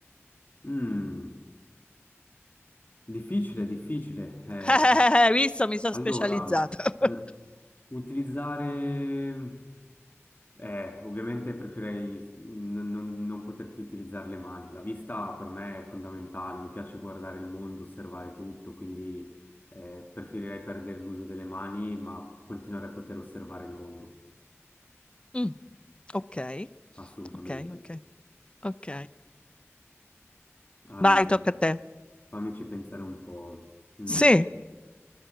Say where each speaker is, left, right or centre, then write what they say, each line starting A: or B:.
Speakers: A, on the left (about 40°); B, on the left (about 20°).
A: Mm, difficile, difficile. Eh,
B: <laughs> Eh, Visto, mi sono
A: Allora,
B: specializzata. <laughs>
A: mh, utilizzare, eh, ovviamente preferirei s- non, non- non poter più utilizzare le mani. La vista per me è fondamentale, mi piace guardare il mondo, osservare tutto, quindi eh, preferirei perdere l'uso delle mani, ma continuare a poter osservare il mondo,
B: Mm, Ok,
A: assolutamente.
B: ok, ok, ok.
A: Allora,
B: Vai, tocca a te.
A: fammici pensare un po'. Mm.
B: Sì,